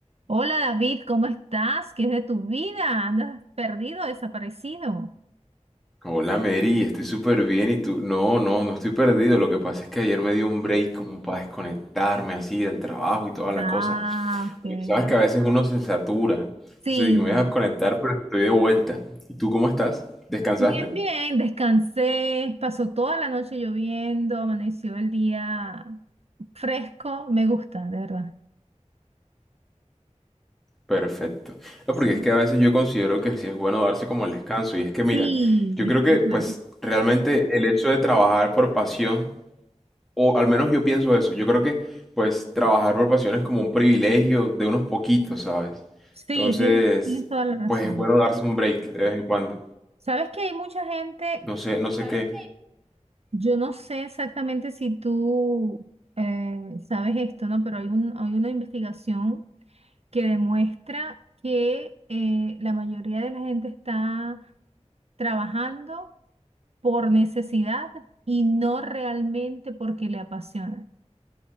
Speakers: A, on the right (about 60°); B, in the centre.
A: Hola David, ¿cómo estás? ¿Qué es de tu vida? ¿Andas perdido, desaparecido?
B: Hola Mary, estoy súper bien y tú, no, no, no estoy perdido. Lo que pasa es que ayer me dio un break como para desconectarme así del trabajo y toda la
A: Ah,
B: cosa.
A: ok.
B: Porque sabes que a veces uno se satura. Entonces
A: Sí,
B: dije, me voy a desconectar, pero estoy de vuelta. ¿Y tú cómo estás? ¿Descansaste?
A: bien, bien, descansé, pasó toda la noche lloviendo, amaneció el día fresco, me gusta, de verdad.
B: Perfecto. No,
A: Sí,
B: porque es que a veces yo considero que sí es bueno darse como el descanso. Y es que
A: Sí,
B: mira, yo
A: estoy
B: creo que
A: de acuerdo.
B: pues realmente el hecho de trabajar por pasión O al menos yo pienso eso. Yo creo que, pues, trabajar por pasión es como un privilegio de unos poquitos, ¿sabes?
A: Sí,
B: Entonces,
A: tienes, tienes toda la razón.
B: pues es bueno darse un break de vez en cuando.
A: Sabes que hay mucha gente,
B: No sé, no sé qué.
A: yo no sé exactamente si tú eh, sabes esto, ¿no? Pero hay un, hay una investigación. que demuestra que eh, la mayoría de la gente está trabajando por necesidad y no realmente porque le apasiona.